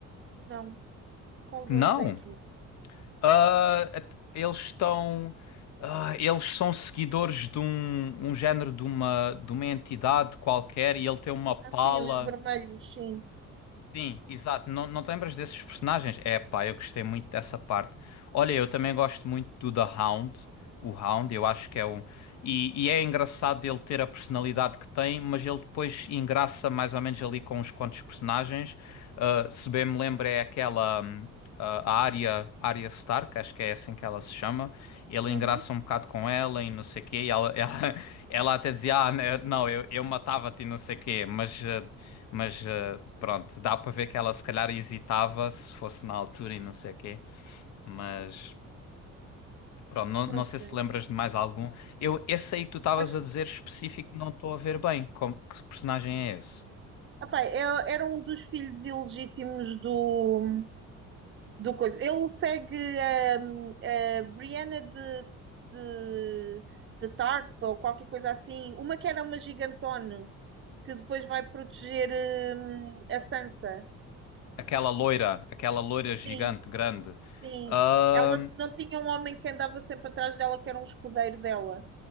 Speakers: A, on the right (about 40°); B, on the left (about 60°).
A: Não, qual deles
B: Não.
A: é que? é?
B: Ah, at- eles estão. ah, eles são seguidores de um, um género de uma, de uma entidade qualquer e ele tem uma pala.
A: Ah, sim, os vermelhos, sim.
B: Sim, exato. Não, não te lembras desses personagens? É, pá, eu gostei muito dessa parte. Olha, eu também gosto muito do The Hound. O Hound, eu acho que é um. E, e é engraçado ele ter a personalidade que tem, mas ele depois engraça mais ou menos ali com uns quantos personagens. Ah, se bem me lembro, é aquela. hum, a Arya, Arya Stark, acho que é assim que ela se chama. Ele
A: Uhum,
B: engraça um bocado com ela e não sei o quê. E ela, ela, <laughs> ela até dizia: Ah, né, não, eu, eu matava-te e não sei o quê. Mas eh, mas eh, pronto, dá para ver que ela se calhar hesitava se fosse na altura e não sei o quê. Mas pronto, não, não
A: não sei.
B: sei se te lembras de mais algum. Eu, esse aí que tu estavas
A: Gosto,
B: a dizer específico, não estou a ver bem. Como, que personagem é esse?
A: Epá, eu- era um dos filhos ilegítimos do, do coisa. Ele segue hum, a, Brianna de, de, de Tarth ou qualquer coisa assim. Uma que era uma gigantona que depois vai proteger hum, a Sansa.
B: Aquela loira, aquela loira gigante,
A: Sim,
B: grande.
A: sim.
B: Ahm,
A: Ela não tinha um homem que andava sempre atrás dela, que era um escudeiro dela.